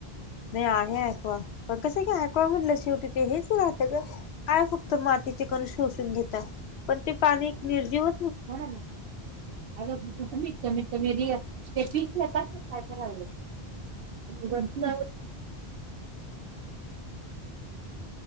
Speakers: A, on the left; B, on the right.
A: नाही आहे ऍक्वा, पण कसं की ऍक्वा म्हनल्यास शेवटी ते हेच राहत गं काय फक्त मातीचे कण शोषून घेतता पण ते पाणी निर्जीव
B: कोणाला ना अग म म म रि <unintelligible> ते पीठलं कसच कायराव वरतीरती